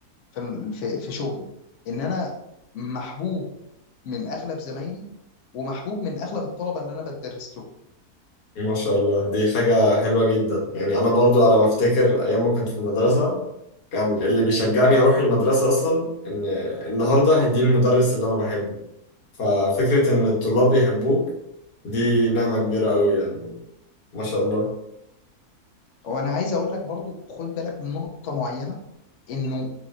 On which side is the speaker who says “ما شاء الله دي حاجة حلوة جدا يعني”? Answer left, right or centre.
Left